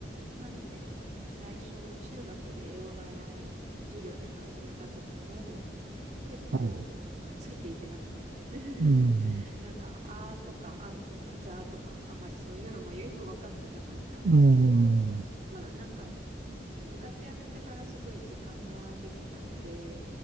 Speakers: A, on the right; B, on the right.
A: なんで最初中学で英語習い授業で始めた時も結構なんかついていけなくて
B: はい、
A: <laughs>
B: うん、
A: なんか「あ」とか「あん」とか「ざ」とかあんまりそういうのもよく分かってなかったんですけどまあなんか
B: うん、う
A: 部活辞めてからすごい時間ができたので